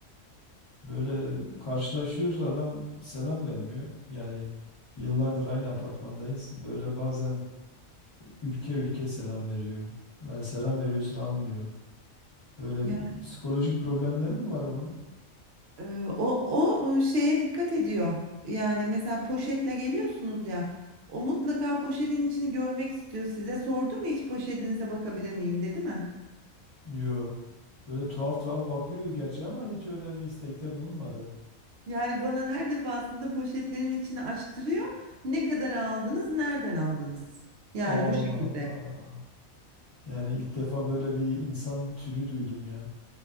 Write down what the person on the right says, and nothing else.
Ya,
Ee, O, o e, şeye dikkat ediyor. Yani mesela poşetle geliyorsunuz ya. O mutlaka poşetin içini görmek istiyor. Size sordu mu hiç poşetinize bakabilir miyim dedi mi?
Yani bana her defasında poşetlerim içini açtırıyor. Ne kadar aldınız, nereden aldınız? Yani
bu şekilde.